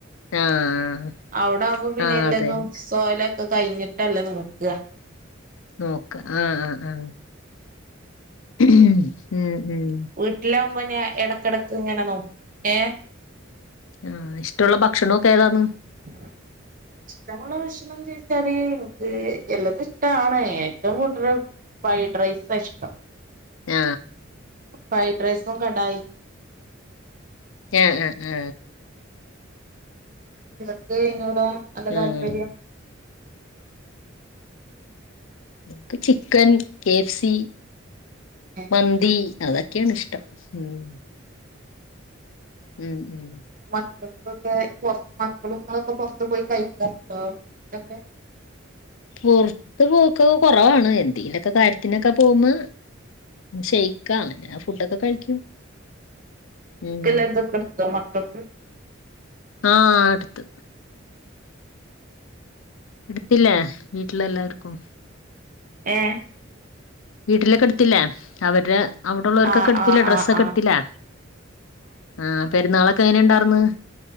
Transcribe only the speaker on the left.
ആഹ്
ആഹ്
അതന്നെ
നോക്ക ആഹ് ആഹ് ആഹ ഇമ് ഇമ്
ആ ഇഷ്ടള്ള ഭക്ഷണൊക്കെ ഏതാന്ന്.
ആ
ആ ആ ആ
ആഹ് എനിക്ക് ചിക്കൻ കെ എഫ് സി
മന്തി അതൊക്കെ തൊക്കാണെ ഇഷ്ടം ഉം ഇമ് ഇമ്
പുറത്ത് പോക്ക കുറവാണ് എന്തെങ്കിലൊക്കെ കാര്യത്തിനൊക്കെ പോകുമ്പോ ഷെയ്ക്കാണ് ഫുടൊ ക്ക കഴിക്കും ഉം
ആഹ് അടുത്ത് എടുത്തില്ലേ വീട്ടില് എല്ലാവർക്കും
വീട്ടിലേക്ക് എടുത്തില്ലേ അവരുടെ അവിടെ ഉള്ളവർക്കൊക്കെ
എടുത്തില്ലേ
ഡ്രസ്സൊക്കെ
എടുത്തില്ലേ ആഹ് പെരുന്നാളൊക്കെ എങ്ങനെ ഉണ്ടായിരുന്ന്